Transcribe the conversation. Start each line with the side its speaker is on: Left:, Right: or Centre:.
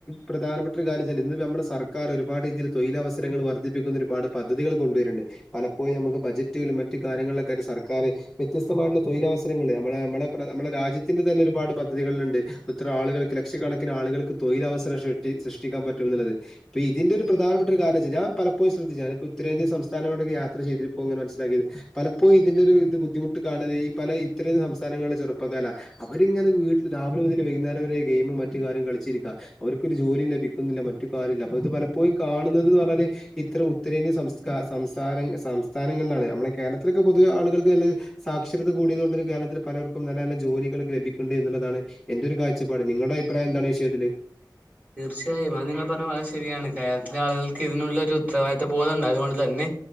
Centre: പ്രധാനപ്പെട്ട ഒരു കാര്യച്ചാല് ഇന്ന് നമ്മടെ സർക്കാർ ഒരുപാട് രീതിയിൽ തൊഴിലവസരങ്ങൾ വർദ്ധിപ്പിക്കുന്നൊരു ഒരുപാട് പദ്ധതികൾ കൊണ്ടുവര്ണ്ട് പലപ്പോഴും നമുക്ക് ബജറ്റുകളും മറ്റു കാര്യങ്ങളിലൊക്കെ ആയിട്ട് സർക്കാർ വ്യത്യസ്തമായിട്ടുള്ള തൊഴില് അവസരങ്ങള് നമ്മളെ നമ്മളെ നമ്മുടെ രാജ്യത്തിന്റെ തന്നെ ഒരുപാട് പദ്ധതികളുണ്ട് ഇപ്പ ഇത്ര ആളുകൾക്ക് ലക്ഷക്കണക്കിന് ആളുകൾക്ക് തൊഴിലവസരം സൃഷ്ടി സൃഷ്ടിക്കാൻ പറ്റുംന്നുള്ളത് ഇപ്പ ഇതിന്റെ ഒരു പ്രാനപ്പെട്ട ഒരു കാരണംന്ന് വെച്ചാല് ഞാൻ പലപ്പോഴും ശ്രദ്ധിച്ചാണ് ഉത്തരേന്ത്യൻ സംസ്ഥാനങ്ങളിലൂടെക്കെ യാത്ര ചെയ്തപ്പൊക്കെ ഇങ്ങനെ മനസിലാക്കിയത് പലപ്പോയും ഇതിന്റെ ഒരു ഇത് ബുദ്ധിമുട്ട് കാണുന്നത് ഈ പല ഉത്തരേന്ത്യൻ സംസ്ഥാനങ്ങളിലെ ചെറുപ്പക്കാര അവരിങ്ങനെ വീട്ടിൽ രാവിലെ മുതൽ വൈകുന്നേരം വരെ ഗെയിമും മറ്റ് കാര്യം കളിച്ചിരിക്ക അവർക്കൊരു ജോലിയും ലഭിക്കുന്നില്ല മറ്റു കാര്യമില്ല അപ്പൊ ഇത് പലപ്പോഴും കാണുന്നത് പറഞ്ഞാല് ഇത്തരം ഉത്തരേന്ത്യൻ സംസ്ഥാ സംസ്കര സംസാരങ്ങ് സംസ്ഥാനങ്ങളിലാണ് നമ്മുടെ കേരളത്തിലൊക്കെ പൊതുവെ ആളുകൾക്ക് അല്ലേ സാക്ഷരത കൂടിയതുകൊണ്ട് കേരളത്തിൽ പലവർക്കും നല്ല നല്ല ജോലികൾ ലഭിക്കുന്നുണ്ട് എന്നുള്ളതാണ് എന്റൊരു കാഴ്ചപ്പാട് നിങ്ങടെ അഭിപ്രായമെന്താണ് ഈ വിഷയത്തില്
Right: തീർച്ചയായും അത് നിങ്ങൾ പറഞ്ഞെ വളരെ ശെരിയാണ് കേരളത്തിലെ ആളുകൾക്ക് ഇതിനുള്ളോരു ഉത്തരവാദിത്ത ബോധം ഉണ്ടായതുകൊണ്ട് തന്നെ